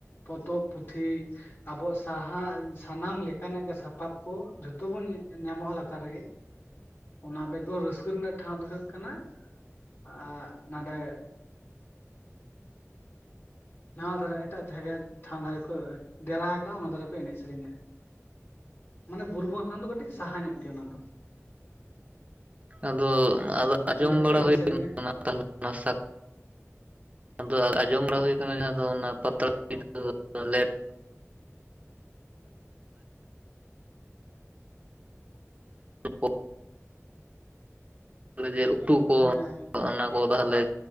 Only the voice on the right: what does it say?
ᱦᱮᱸ
ᱦᱮᱸ
ᱟᱫᱚ ᱟᱫᱚ ᱟᱸᱡᱚᱢ
ᱵᱟᱲᱟ
<inaudible> ᱛᱟᱦᱞᱮ ᱚᱱᱟ ᱥᱟᱠ ᱟᱫᱚ ᱟᱸᱡᱚᱢ ᱵᱟᱲᱟ ᱦᱳᱭ ᱟᱠᱟᱱᱟ ᱡᱟᱦᱟᱸ ᱫᱚ ᱚᱱᱟ ᱯᱟᱛᱟ <unintelligible> ᱞᱮᱴ ᱠᱚ ᱡᱮᱞ ᱩᱛᱩ ᱠᱚ
ᱚᱱᱟ ᱠᱚ ᱛᱟᱞᱦᱮ